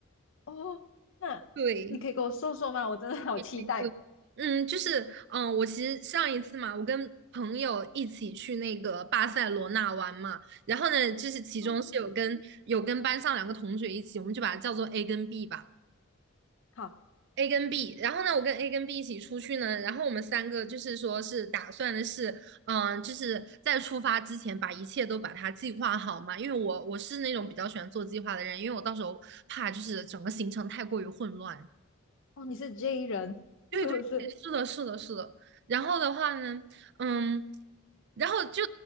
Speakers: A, on the left; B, on the right.
A: 哦，那你可以跟我说说吗？
B: 对，
A: 我真的好期待。
B: 对嗯，就是，嗯、我其实上一次嘛，我跟朋友一起去那个巴塞罗那玩嘛，然后呢，就是其中是有跟有跟班上两个同学一起，
A: 哦，
B: 我们就把它叫做 A 跟 B 吧。
A: 好，
B: A 跟 B，然后呢，我跟 A 跟 B 一起出去呢，然后我们三个就是说是打算的是，嗯、就是在出发之前把一切都把它计划好嘛，因为我我是那种比较喜欢做计划的人，因为我到时候怕就是整个行程太过于混乱。
A: 哦，你是 J 人
B: 对对，
A: <laughs> 是不是？
B: 是的，是的，是的。然后的话呢，嗯，然后就